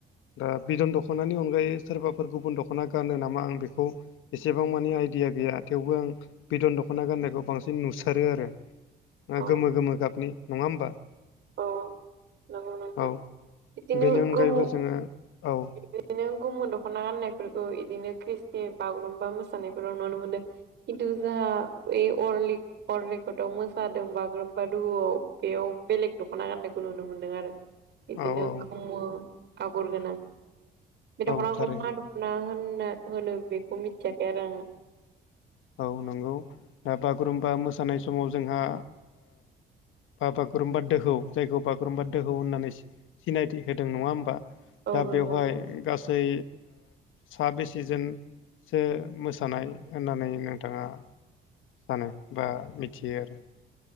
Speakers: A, on the left (about 85°); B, on the right (about 60°).
A: दा बिदन दख'नानि अनगायै सोरबाफोर गुबुन दख'ना गानो नामा आं बेखौ एसेबां मानिे आइडिया गैया थेवबो आं बिदन दख'ना गाननायखौ बांसिन नुसारो आरो
B: अ
A: गोमो गोमो गाबनि नङा होमबा
B: औ नंगौ नोंथां
A: औ
B: बिदिनो
A: बेनि अनगायैबो
B: गोमो
A: जोङो औ
B: बिदिनो गुबुमुन दख'ना गाननायफोरखौ बिदिनो ख्रिस्टि बागुरुम्बा मोसानायफोराव नुनो मोनदों खिन्थु जाहा बे अरलिक हरलकटआव मोसादों बागुरुम्बा दुहुआव बेयाव बेलेग दख'ना गान्नायखौ नुनो मोनदों आरो बिदिनो
A: औ औ
B: गोमो आगर गोनां बे दख'नाखौ
A: औ थारैनो
B: मा दख'ना होनना होनो बेखौ मिथियाखै आरो आङो
A: औ नंगौ दा बागुरुम्बा मोसानाय समाव जोंहा बा बागुरुम्बा दोहौ जायखौ बागुरुम्बा दोहौ होननानै सिनायथि होदों नङा होमबा
B: औ
A: दा
B: नंगौ
A: बेवहाय
B: नोंथां
A: गासै सा बे सिजोनसो मोसानाय होननानै नोंथाङा सानो बा मिथियो आरो